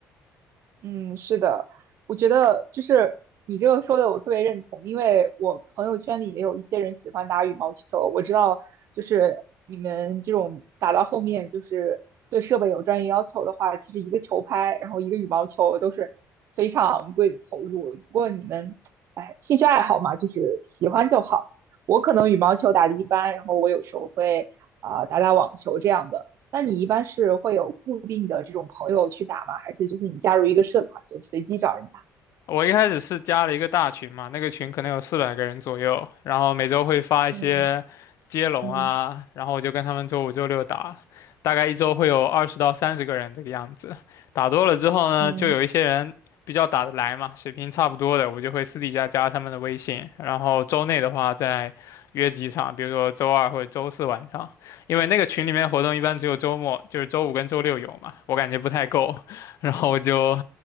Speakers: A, on the right; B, on the left.
A: 嗯，是的，我觉得就是你这个说的我特别认同，因为我朋友圈里也有一些人喜欢打羽毛球，我知道就是你们这种打到后面就是对设备有专业要求的话，其实一个球拍，然后一个羽毛球都是非常昂贵的投入。不过你们，哎，兴趣爱好嘛，就是喜欢就好。我可能羽毛球打得一般，然后我有时候会啊、打打网球这样的。那你一般是会有固定的这种朋友去打吗？还是就是你加入一个社团就随机找人打？
B: 我一开始是加了一个大群嘛，那个群可能有四百个人左右，然后每周会发一些接龙啊，
A: 嗯嗯
B: 然后我就跟他们周五、周六打，大概一周会有二十到三十个人这个样子。打多了之后呢，
A: 嗯
B: 就有一些人比较打得来嘛，水平差不多的，我就会私底下加他们的微信，然后周内的话再约几场，比如说周二或者周四晚上，因为那个群里面活动一般只有周末，就是周五跟周六有嘛，我感觉不太够，然后我就。